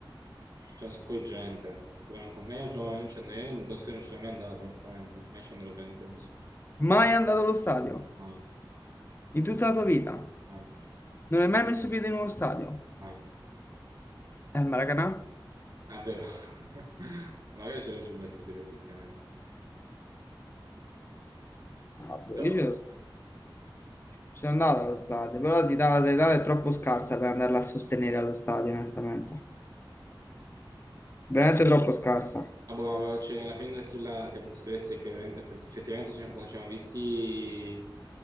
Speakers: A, on the right; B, on the left.
A: C'è un sacco di gente, tu non con me, non ci andrei, io in Tossi non ci sono mai andato, onestamente, non mi ci andrò per, penso,
B: Mai andato allo stadio?
A: mai,
B: In tutta la tua vita?
A: mai,
B: Non hai mai messo piede in uno stadio?
A: mai.
B: E al Maracanà?
A: Ah, è vero, <laughs> magari ci ci ho messo piede effettivamente,
B: Ah, boh,
A: però
B: io ci
A: vabbè.
B: sono, ci sono andato allo stadio, però la città, la sanità è troppo scarsa per andarla a sostenere allo stadio, onestamente. Veramente troppo scarsa.
A: Ah, boh, ma cioè, alla fine andassi là ti mostreresti che veramente- eff- effettivamente ci- quando ci siamo visti,